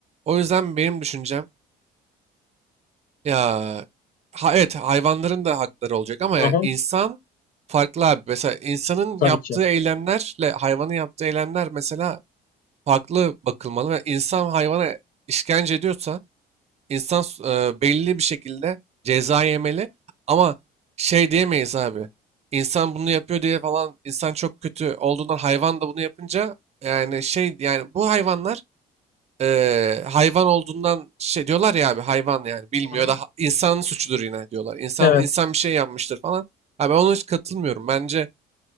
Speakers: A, on the right; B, on the left.
A: o yüzden benim düşüncem ya ha, evet hayvanların da hakları olacak ama
B: hı
A: yani
B: hı,
A: insan farklı abi. Mesela insanın
B: tabii
A: yaptığı
B: ki.
A: eylemlerle hayvanın yaptığı eylemler mesela farklı bakılmalı ve insan hayvana işkence ediyorsa insan s- e, belli bir şekilde ceza yemeli ama şey diyemeyiz abi. İnsan bunu yapıyor diye falan insan çok kötü olduğundan hayvan da bunu yapınca yani şey yani bu hayvanlar e, hayvan olduğundan şey diyorlar ya abi hayvan yani bilmiyor
B: Hı hı.
A: da ha- insanın suçudur yine diyorlar. İnsan
B: Evet,
A: insan bir şey yapmıştır falan. Abi ben ona hiç katılmıyorum. Bence